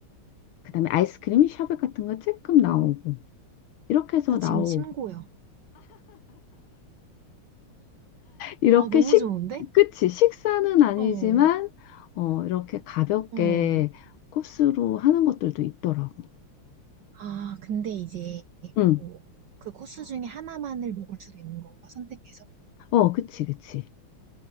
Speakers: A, on the left; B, on the right.
A: 그다음에 아이스크림 샤베 같은 거 조금 나오고 이렇게 해서
B: 나
A: 나오고
B: 지금 침 고여.
A: 이렇게
B: 아, 너무
A: 식
B: 좋은데?
A: 끝이 식사는 아니지만
B: 어,
A: 어 이렇게 가볍게
B: 어.
A: 코스로 하는 것들도 있더라고.
B: 아, 근데 이제
A: 응.
B: 뭐 그 코스 중에 하나만을 먹을 수도 있는 건가? 선택해서.
A: 어, 그치, 그치.